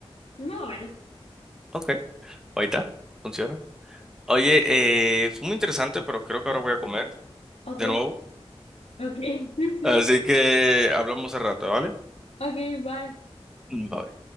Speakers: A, on the left (about 75°); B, in the centre.
A: Más o menos.
B: Ok, ahí está, funciona. Oye, eh, fue muy interesante, pero creo que ahora voy a comer
A: Ok,
B: de nuevo.
A: ok, <laughs> sí.
B: Así que hablamos al rato, ¿vale?
A: Ok, bye.
B: Bye.